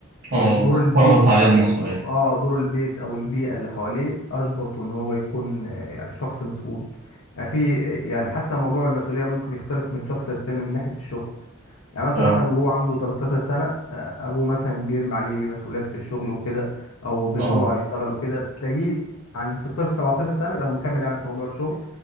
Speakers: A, on the right; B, on the left.
A: أه
B: آه، دور البيت
A: فرضت عليه
B: او
A: المسؤولية
B: أو- اه دور البيت او البيئه اللي حواليه اجبرته ان هو يكون آه، يعني شخص مسؤول يعني في يعني حتى موضوع المسؤوليه ممكن يختلف من شخص للتاني من ناحيه الشغل يعني مثلا
A: أه
B: واحد وهو عنده 13 سنه آه، ابوه مثلا بيرمي عليه مسؤوليات في الشغل وكده او بيطلعه
A: أه
B: يشتغل وكده تلاقيه عند 16 17 سنه لو مكمل يعني في موضوع الشغل